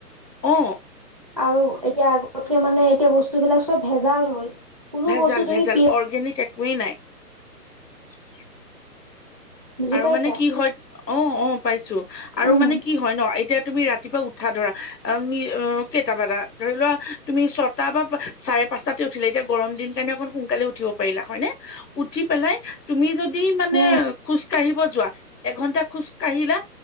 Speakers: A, on the left (about 85°); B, on the right (about 25°).
A: অ
B: আৰু এতিয়া আগতকে মানে এতিয়া বস্তুবিলাক চব ভেজাল হ'ল। কোনো
A: ভেজাল
B: বস্তু তুমি
A: ভেজাল
B: পিয়
A: অৰ্গেনিক একোৱেই নাই।
B: বুজি
A: আৰু
B: পাইছা
A: মানে কি হয় অহ অহ পাইছোঁ আৰু
B: উম
A: মানে কি হয় ন। এতিয়া তুমি ৰাতিপুৱা উঠা ধৰা অহ আমি কেইটা বা এটা ধৰি লোৱা তুমি ছটা বা পাঁচ। চাৰে পাঁচটাতে উঠিলা এতিয়া গৰম দিন কাৰণে অকণ সোনকালে উঠিব পাৰিলা হয় নে উঠি পেলাই তুমি য। দি মানে।
B: হম
A: খোজ কাঢ়িব যোৱা এঘন্টা খোজ কাঢ়িলা